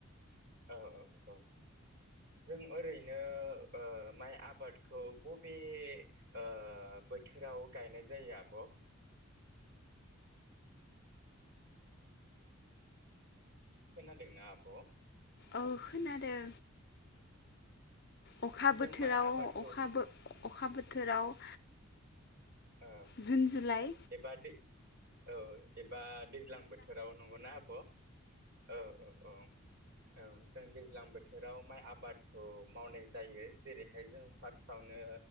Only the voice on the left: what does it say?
औ खोनादों अखा
बोथोराव
अखा बो अखा बोथोराव ओ
जुन जुलाइ